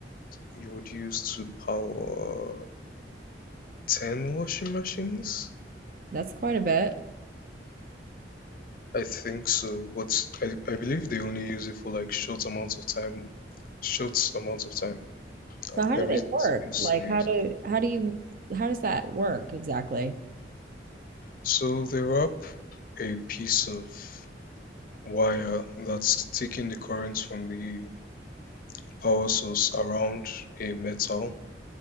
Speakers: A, on the left (about 50°); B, on the right (about 50°).
A: you would use to power 10 washing machines.
B: That's quite a bit.
A: I think so, but I, I believe they only use it for like short amounts of time, short amounts of time.
B: So
A: Uh,
B: how
A: every
B: do they work?
A: use
B: Like
A: they use
B: how do
A: it.
B: how do you how does that work exactly?
A: So they wrap a piece of wire that's taking the current from the power source around a metal.